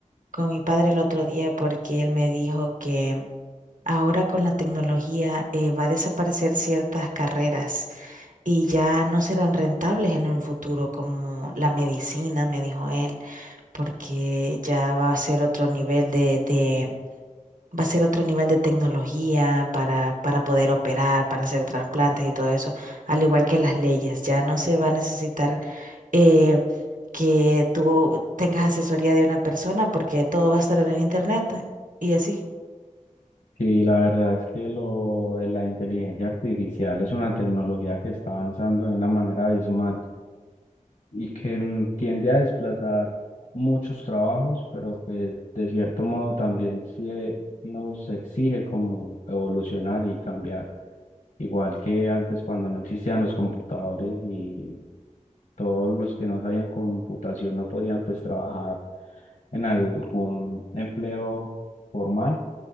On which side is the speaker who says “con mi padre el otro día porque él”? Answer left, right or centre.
Right